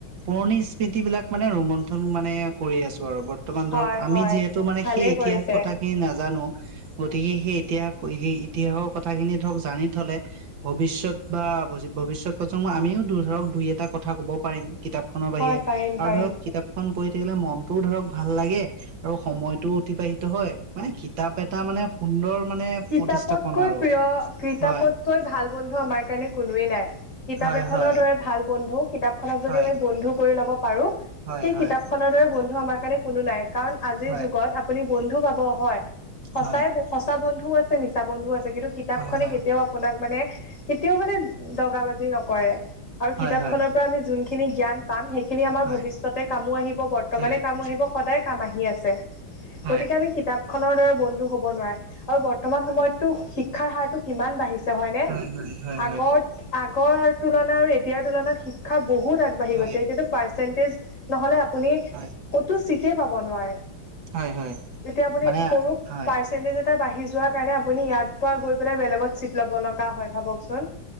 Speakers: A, on the right; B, on the left.
A: পুৰণি স্মৃতিবিলাক মানে ৰোমন্থন মানে কৰি আছো আৰু বৰ্তমান
B: হয়
A: ধৰক, আমি
B: হয়
A: যিহেতু মানে
B: ভালেই
A: সেই ইতিহাস
B: কৰিছে
A: কথাখিনি নাজানো। গতিকে সেই ইতিহাস ক সেই ইতিহাসৰ কথাখিনি ধৰক জানি থলে ভৱিষ্যত বা ভজি ভৱিষ্যত প্ৰজন্ম আমিও দু ধৰক দুই এটা কথা ক'ব পাৰিম কিতাপ খনৰ বাহিৰে
B: হয় পাৰিম পাৰিম
A: আৰু ধৰক কিতাপখন পঢ়ি থাকিলে মন টো ধৰক ভাল লাগে আৰু সময়টো অতিবাহিত হয় মানে কিতাপ এটা মানে সুন্দৰ মানে
B: কিতাপতকৈ
A: প্ৰতিস্থাপন আৰু
B: প্ৰিয়, কিতাপতকৈ
A: হয়
B: ভাল বন্ধু আমাৰ কাৰণে কোনোৱেই নাই। কিতাপ
A: হয়
B: এখনৰ
A: হয়
B: দৰে ভাল বন্ধু, কিতাপখনক যদি
A: হয়
B: আমি বন্ধু কৰি ল'ব পাৰো
A: হয়
B: সেই
A: হয়
B: কিতাপ খনৰ দৰে বন্ধু আমাৰ কাৰণে কোনো নাই কাৰণ আজিৰ
A: হয়
B: যুগত আপুনি বন্ধু পাব হয় সচাই
A: হয়
B: ব সঁচা বন্ধুও আছে, মিছা বন্ধুও আছে কিন্তু কিতাপখনে
A: হয় হয়
B: কেতিয়াও আপোনাক মানে কেতিয়াও মানে দগা বাজি নকৰে আৰু
A: হয়
B: কিতাপখনৰ
A: হয় হয়
B: পৰা আমি যোনখিনি জ্ঞান পাম সেইখিনি আমাৰ
A: হয়
B: ভৱিষ্যতে কামো আহিব, বৰ্তমানে
A: হয় হয়
B: কামো আহিব, সদায় কাম আহি আছে।
A: হয়
B: গতিকে আমি কিতাপ খনৰ দৰে বন্ধু হ'ব নোৱাৰে আৰু বৰ্তমান সময়ততো শিক্ষাৰ হাৰটো কিমান বাঢ়ি ছে হয়নে?
A: হয় হয় হয় হয়
B: আগত আগৰ তুলনাত আৰু এতিয়াৰ তুলনাত শিক্ষা বহুত আগবাঢ়ি
A: হয়
B: গৈছে এতিয়াতো পাৰ্চেণ্টেজ নহলে আপুনি
A: হয়।
B: কতো চিটে পাব নোৱাৰে
A: হয় হয়
B: যেতিয়া আপুনি
A: মানে
B: সৰু
A: হয়
B: পাৰ্চেন্টেজ তে বাঢ়ি যোৱাৰ কাৰণে আপুনি ইয়াৰ পৰা গৈ পেলাই বেলেগত চি ল'ব লগা হয় ভাবকচোন